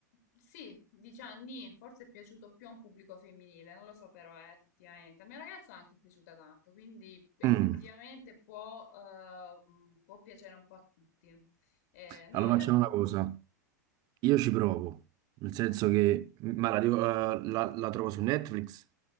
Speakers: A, on the left; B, on the right.
A: sì, diciamo, nì, forse è piaciuto più a un pubblico femminile, non lo so però, eh, effettivamente. Al mio ragazzo anche è piaciuta tanto, quindi effettivamente
B: Mm,
A: può, ehm, può piacere un po' a tutti. Eh, no,
B: Allora
A: in realtà
B: facciamo
A: può
B: una
A: piacere...
B: cosa, io ci provo, nel senso che, ma la, devo- eh, la- la trovo su Netflix?